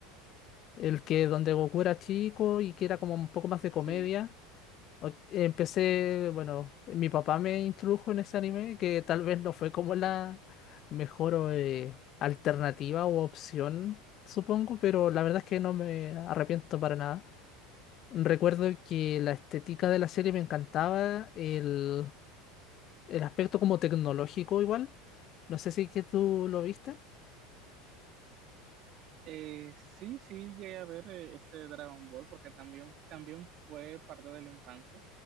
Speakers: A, on the left (about 40°); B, on the right (about 45°).
A: el que donde Goku era chico y que era como un poco más de comedia.
B: Sí.
A: O- Empecé, bueno, mi papá me introdujo en ese anime que tal vez no fue como la mejor eh, alternativa o opción, supongo, pero la verdad es que no me arrepiento para nada. Recuerdo que la estética de la serie me encantaba, el, el aspecto como tecnológico igual. No sé si que tú lo viste.
B: Eh, sí, sí, llegué a ver eh, ese Dragon Ball porque también, también fue parte de la infancia,